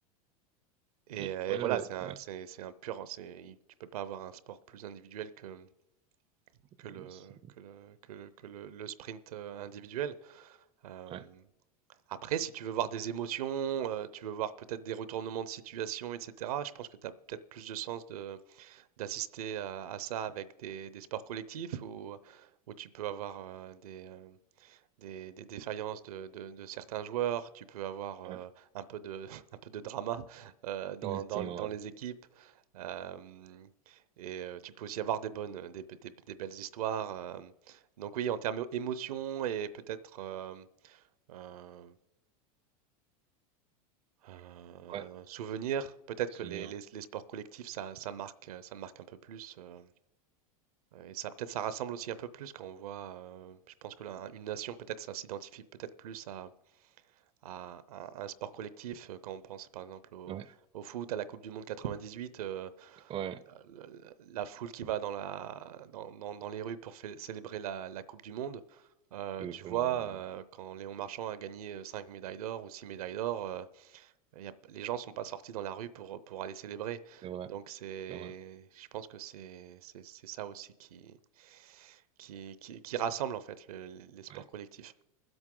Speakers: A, on the right (about 80°); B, on the right (about 30°).
A: et,
B: Et
A: euh,
B: ouais,
A: et voilà,
B: ouais,
A: c'est un
B: ouais.
A: c'est c'est un pur. C'est il- tu peux pas avoir un sport plus individuel que que
B: Je-
A: le, que le, que le, que le, le sprint euh, individuel. Euh,
B: Ouais,
A: après, si tu veux voir des émotions, euh, tu veux voir peut-être des retournements de situation, etc., je pense que tu as peut-être plus de sens de, d'assister à, à ça avec des, des sports collectifs où, où tu peux avoir euh, des, euh, des, des défaillances de, de- de certains joueurs, tu peux avoir euh,
B: ouais,
A: un peu de, <laughs> un peu de drama euh, dans,
B: exactement,
A: dans- dans
B: ouais.
A: les équipes. euh, et euh, tu peux aussi avoir des bonnes, des, be- des- des belles histoires. euh. Donc oui, en termes émotion et peut-être euh, euh, euh,
B: Ouais,
A: souvenir, peut-être
B: souvenir.
A: que les, les- les sports collectifs, ça, ça marque, euh, ça marque un peu plus. euh, et ça peut-être ça rassemble aussi un peu plus quand on voit, euh, je pense que là, une nation, peut-être ça s'identifie peut-être plus à, à, à- un sport collectif. euh, Quand on pense par exemple au,
B: Ouais,
A: au foot, à la Coupe du Monde 98, euh,
B: ouais,
A: la, la- foule qui va dans, la, dans, dans- dans les rues pour fê- célébrer la, la Coupe du Monde, euh,
B: exactement.
A: tu vois,
B: ouais.
A: euh,
B: ouais.
A: quand Léon Marchand a gagné euh, 5 médailles d'or ou 6 médailles d'or, euh, y a- les gens sont pas sortis dans la rue pour, pour aller célébrer.
B: C'est vrai,
A: Donc c'est,
B: c'est vrai.
A: je pense que c'est c'est- c'est ça aussi qui, qui, qui, qui rassemble en fait le- les sports
B: Ouais,
A: collectifs.